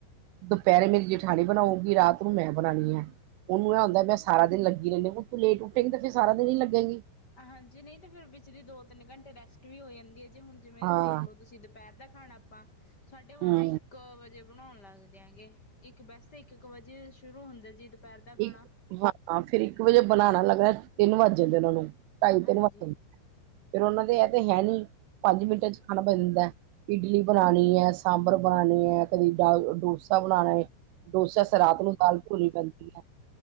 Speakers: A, on the right (about 85°); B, on the left (about 25°).
A: ਦੁਪੈਰੇ ਮੇਰੀ ਜੇਠਾਣੀ ਬਣਾਉਗੀ ਰਾਤ ਨੂੰ ਮੈਂ ਬਣਾਣੀ ਆਂ। ਉਨੂੰ ਇਹ
B: ਅੱਛਾ
A: ਹੁੰਦਾ ਮੈਂ ਸਾਰਾ
B: ਜੀ,
A: ਦਿਨ ਲੱਗੀ ਰੈਂਣੀ ਆਂ ਤੂੰ ਲੇਟ ਉਠੇਗੀ ਤੇ ਫਿਰ ਸਾਰਾ ਦਿਨ ਈ ਲਗੇਗੀ।
B: ਹਾਂਜੀ ਨਈ ਤੇ ਫਿਰ ਵਿਚਲੀ ਦੋ ਤਿੰਨ ਘੰਟੇ ਰੈਸਟ ਵੀ ਹੋ ਜਾਂਦੀ ਏ ਜੇ ਹੁਣ ਜਿਵੇਂ
A: ਹਾਂ
B: ਦੇਖਲੋ ਤੁਸੀ ਦੁਪੈਰ ਦਾ ਖਾਣਾ ਆਪਾਂ ਸਾਢੇ ਬਾਰਾਂ
A: ਹਮ
B: ਇ ਇੱਕ ਵਜੇ ਬਣਾਉਣ ਲੱਗਦੇ ਆਂਗੇ ਇੱਕ ਵੈਸੇ ਇੱਕ-ਇੱਕ ਵਜੇ ਸ਼ੁਰੂ ਹੁੰਦਾ ਜੀ। ਦੁਪਹਿਰ ਦਾ ਖਾਣਾ
A: ਇੱਕ ਹਾਂ ਫਿਰ ਇੱਕ ਵਜੇ ਬਣਾਣਾ ਲੱਗਣਾ ਤਿੰਨ ਵੱਜ ਜਾਂਦੇ ਉਨਾਂ ਨੂੰ ਢਾਈ
B: ਹਾਂਜੀ
A: ਤਿੰਨ ਵੱਜ ਜਾਂ ਫਿਰ ਉਨਾਂ ਦੇ ਐ ਤੇ ਹੈ ਨੀ ਪੰਜ ਮਿੰਟਾਂ 'ਚ ਖਾਣਾ ਬਣ ਜਾਂਦਾ। ਇਡਲੀ ਬਣਾਣੀ ਐ ਸਾਂਬਰ ਬਣਾਣੀ ਐ ਕਦੀ ਡ ਡੋਸਾ ਬਣਾਣਾ ਏ। ਡੋਸਾ ਸ ਰਾਤ ਨੂੰ ਦਾਲ ਭੂਲੀ ਪੈਂਦੀ ਐ।